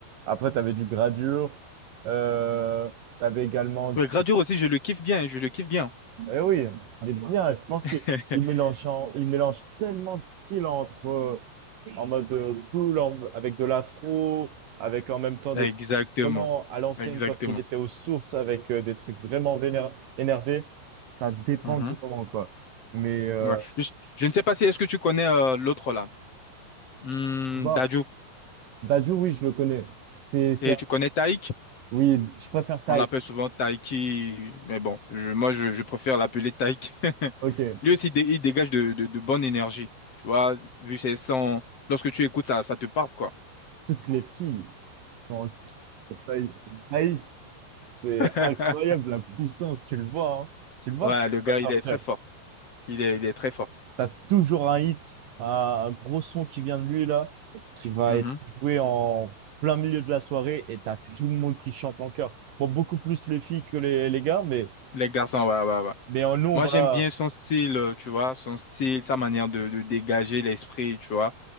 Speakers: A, on the right (about 65°); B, on the left (about 40°).
A: Après, tu avais du Gradure. Euh, tu avais également du...
B: Ouais, Gradure aussi, je le kiffe bien, je le kiffe bien.
A: Eh oui, il est bien. Je pense
B: <laughs>
A: qu'il il mélange, en- il mélange tellement de styles entre euh, en mode euh, cool, en- avec de l'afro, avec en même temps
B: Exactement.
A: des trucs vraiment à l'ancienne
B: Exactement.
A: quand il était aux sources, avec euh, des trucs vraiment vénère- énervés. Ça dépend
B: Mhm.
A: du moment, quoi. Mais euh,
B: Ouais. Je, je ne sais pas si est-ce que tu connais euh, l'autre là, Hmm,
A: bah,
B: Dadju.
A: Dadju, oui, je le connais. C'est, c'est,
B: Et tu connais Taïk?
A: oui, je préfère Taïk.
B: On l'appelle souvent Taiki, mais bon, je- moi je, je préfère l'appeler Taïk. <laughs>
A: Ok.
B: Lui aussi, dé- il dégage de, de, de bonne énergie. Tu vois, vu ses sons, lorsque tu écoutes ça, ça te parle quoi.
A: toutes les filles sont en taille laïque. C'est
B: <laughs>
A: incroyable la puissance, tu le vois, hein. Tu le vois
B: Ouais,
A: quand il
B: le gars, il
A: va sortir.
B: est très fort. Il est, il est très fort.
A: T'as toujours un hit, un un gros son qui vient de lui là, qui va
B: Mhm.
A: être joué en plein milieu de la soirée et t'as tout le monde qui chante en chœur. Bon, beaucoup plus les filles que les, les gars, mais,
B: Les garçons, ouais, ouais, ouais.
A: mais euh, nous on
B: Moi,
A: va.
B: j'aime bien son style, euh, tu vois, son style, sa manière de, de dégager l'esprit, tu vois.